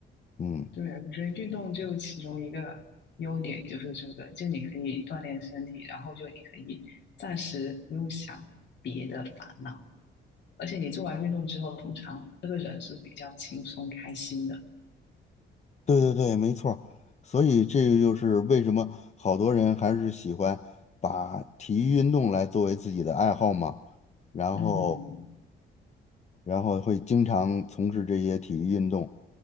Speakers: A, on the left; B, on the left.
A: 嗯。
B: 对，我觉得运动就其中一个优点就是这个，就你可以锻炼身体，然后就你可以暂时不用想别的烦恼，而且你做完运动之后，通常这个人是比较轻松开心的。
A: 对对对，没错儿所以这个就是为什么好多人还是喜欢把体育运动来作为自己的爱好嘛，然后
B: 嗯
A: 然后会经常从事这些体育运动。